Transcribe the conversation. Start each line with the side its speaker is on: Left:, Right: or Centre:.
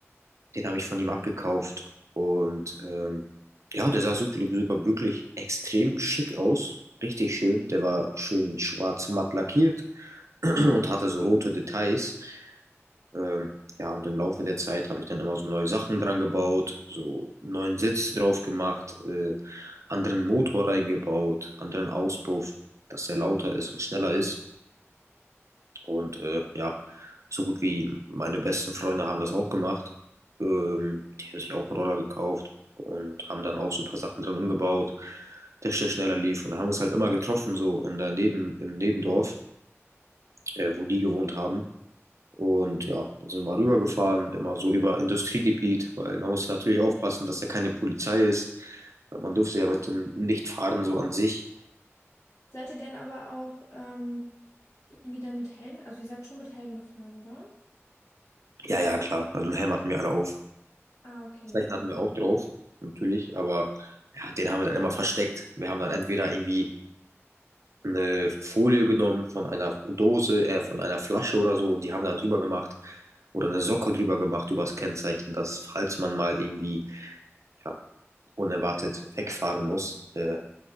Right: Den habe ich von ihm abgekauft. Und ähm, ja, der sah so- sogar wirklich extrem schick aus. Richtig schön. Der war schön schwarz matt lackiert <clears throat> und hatte so rote Details. Ähm, ja, und im Laufe der Zeit habe ich dann immer so neue Sachen dran gebaut, so einen neuen Sitz drauf gemacht, äh, anderen Motor reingebaut, anderen Auspuff, dass der lauter ist und schneller ist. Und äh, ja, so gut wie meine besten Freunde haben das auch gemacht. Ähm, die haben sich auch einen Roller gekauft und haben dann auch so ein paar Sachen dran umgebaut, dass der schneller lief. Und da haben wir uns halt immer getroffen, so in der Neben, im Nebendorf, äh, wo die gewohnt haben. Und ja, dann sind wir mal rübergefahren, immer so über Industriegebiet, weil man muss natürlich aufpassen, dass da keine Polizei ist, weil man durfte ja mit dem nicht fahren so an sich.
Left: Seid ihr denn aber auch ähm, irgendwie dann mit Helm? Also ihr seid schon mit Helm gefahren, oder?
Right: Ja, ja, klar. Also einen Helm hatten wir alle auf.
Left: Ah, okay,
Right: Zeichen
Left: ja
Right: hatten wir auch drauf, natürlich, aber ja, den haben wir dann immer versteckt. Wir haben dann entweder irgendwie eine Folie genommen von einer Dose, äh, von einer Flasche oder so, die haben wir dann drüber gemacht oder eine Socke drüber gemacht über das Kennzeichen, dass falls man mal irgendwie ja, unerwartet wegfahren muss, äh,